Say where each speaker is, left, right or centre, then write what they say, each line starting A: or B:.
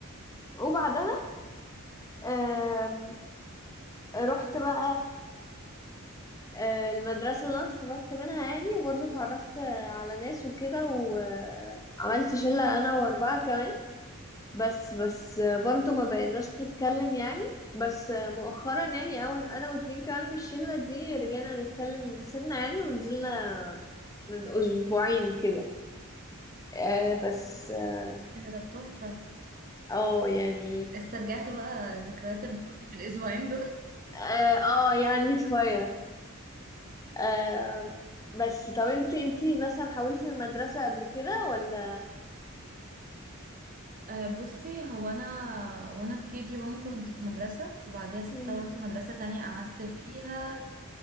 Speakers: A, on the left; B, on the right.
A: وبعدها آم، رحت بقى آه، المدرسة اللي أنا اتخرجت منها يعني وبرضه اتعرفت آه، على ناس وكده وعملت شلة أنا وأربعة كمان بس بس آه، برضه ما بقيناش نتكلم يعني بس آه، مؤخرا يعني أول أنا واتنين كمان من الشلة دي رجعنا نتكلم سنة يعني ونزلنا من أسبوعين كده آه، بس آه،
B: ايه ده طب تحفه
A: اه يعني
B: استرجعتوا بقى ذكريات المدرسة في الاسبوعين
A: اه آه، يعني شوية آه بس طب انتي انتي مثلا حاولتي المدرسة قبل كده ولا
B: أه بصي هو انا وانا في كي جي 1 كنت في مدرسه وبعديها سبتها
A: مم.
B: ورحت مدرسه تانية قعدت فيها